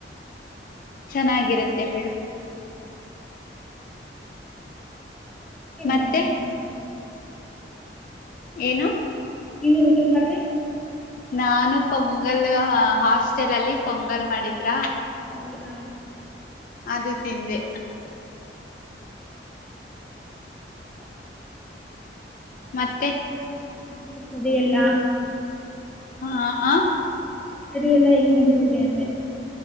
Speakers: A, on the left; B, in the centre.
A: ಚೆನ್ನಾಗಿರುತ್ತೆ ಬಿಡು.
B: ಎಂತ
A: ಮತ್ತೆ
B: ಮಾಡೊದು.
A: ಏನು.
B: ನೀನೆನ್ ಊಟ ಮಾಡ್ದೆ.
A: ನಾನು ಪೊಂಗಲ್ ಹಾಸ್ಟೆಲ್ ಅಲ್ಲಿ ಪೊಂಗಲ್ ಮಾಡಿದ್ರ.
B: ಹೌದಾ.
A: ಅದು ತಿಂದೆ.
B: <unintelligible>
A: ಮತ್ತೆ
B: ಹ ತಡೆಯಲ್ಲ.
A: ಹಾ ಅ.
B: ಸ್ಟಡಿ ಎಲ್ಲಾ ಹೆಂಗ್ ನಡಿತಿದೆ ಅಂದೆ.